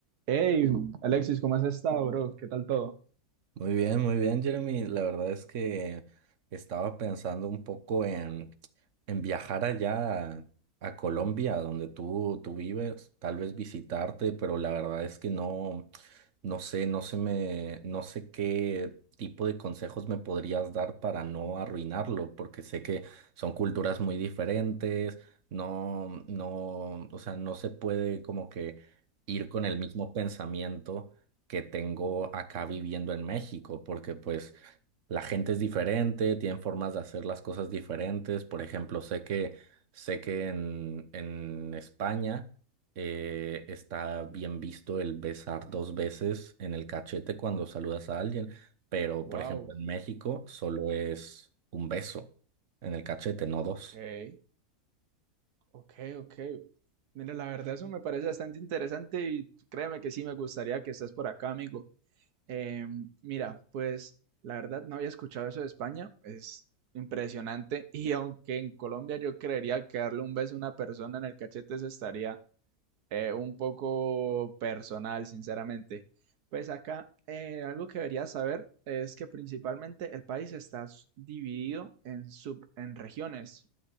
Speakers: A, on the right (about 80°); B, on the right (about 55°).
A: Hey, Alexis, ¿cómo has estado, bro? ¿Qué tal todo?
B: Muy bien, muy bien, Jeremy. La verdad es que estaba pensando un poco en, en viajar allá a, a Colombia, donde tú, tú vives, tal vez visitarte, pero la verdad es que no, no sé, no se me, no sé qué tipo de consejos me podrías dar para no arruinarlo, porque sé que son culturas muy diferentes, no, no, o sea, no se puede como que ir con el mismo pensamiento que tengo acá viviendo en México, porque pues la gente es diferente, tienen formas de hacer las cosas diferentes. Por ejemplo, sé que, sé que en, en España eh, está bien visto el besar dos veces en el cachete cuando saludas a alguien, pero
A: Wow,
B: por ejemplo en México solo es un beso en el cachete, no dos.
A: ok, ok, ok. Mira, la verdad eso me parece bastante interesante y créeme que sí me gustaría que estés por acá, amigo. Eh, mira, pues la verdad no había escuchado eso de España, es impresionante <laughs> y aunque en Colombia yo creería que darle un beso a una persona en el cachete se estaría eh, un poco personal, sinceramente. Pues acá eh, algo que deberías saber es que principalmente el país está s- dividido en sub, en regiones.